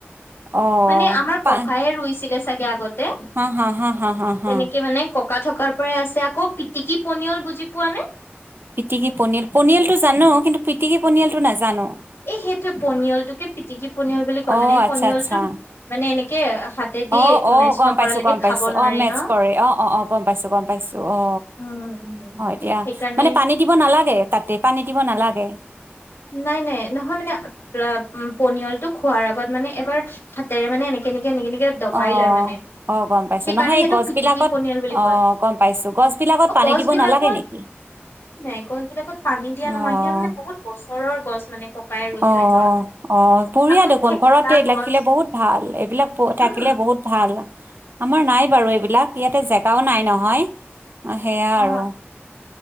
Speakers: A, on the right; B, on the left.
A: অ',
B: মানে আমাৰ
A: পা
B: ককায়ে ৰুইছিলে চাগে আগতে
A: হা, হা, হা, হা, হা, হা,
B: তেনেকে মানে ককা ককা থকাৰ পৰাই আছে আকৌ পিটিকি পনিয়ল বুজি পোৱা নে
A: পিটিকি পনিয়াল পনিয়াল টো জানো কিন্তু পিটিকি পনিয়াল টো নাজানো
B: এই সেইটোৱে পনিয়লটোকে পিটিকি পনিয়ল বুলি কয়
A: অ',
B: মানে এই
A: আচ্ছা,
B: পনিয়লটো
A: আচ্ছা
B: মানে এনেকে হাতেদি
A: অ অ
B: মেচ
A: গম
B: নকৰালৈকে
A: পাইছো গম
B: খাব
A: পাইছো
B: নোৱাৰি
A: অ মেথছ
B: ন
A: কৰে অ অ অ গম পাইছো গম পাইছো অ
B: উম উম
A: অ এতিয়া
B: সেইকাৰণে
A: মানে পানী দিব নালাগে তাতে পানী দিব নালাগে
B: নাই নাই নহয় মানে পনিয়ল টো খোৱাৰ আগত মানে এবাৰ হাতেৰে মানে এনেকে এনেকেনেকে দবাই
A: অ',
B: লয় মানে
A: অ', গম পাইছো
B: সেইকাৰণে
A: নহয়
B: সেইটো
A: এই গছবিলাকত
B: পিটিকি পনিয়ৰ বুলি
A: অ',
B: কয়
A: গম পাইছো গছবিলাকত
B: অ
A: পানী
B: গছ
A: দিব
B: বিলাকত
A: নালাগে নেকি
B: নাই নাই গছ বিিলাকত পানী দিয়া
A: অ',
B: নহয় সেয়া মানে বহুত বছৰৰ গছ মানে ককাই ৰুই
A: অ'
B: থৈ যোৱা
A: অ' বঢ়িয়া
B: আকৌ
A: দেখোন
B: থেকেৰা
A: ঘৰতে
B: গছ
A: লখিলে বহুত ভাল, এইবিলাক থাকিলে
B: উম
A: বহুত ভাল, আমাৰ নাই বাৰু এইবিলাক ইয়াতে জেগাও নাই নহয়। হেয়া
B: অ
A: আৰু